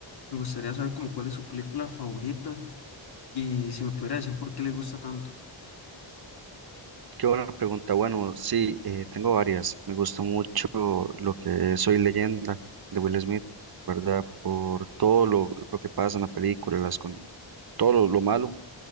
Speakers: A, on the left; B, on the right.
A: me gustaría saber como cuál es su película favorita y si me pudiera decir por qué le gusta tanto.
B: Qué buena pregunta. Bueno, sí, eh, tengo varias. Me gusta mucho lo que es Soy Leyenda de Will Smith, ¿verdad? Por todo lo, lo que pasa en la película, las con, todo lo, lo malo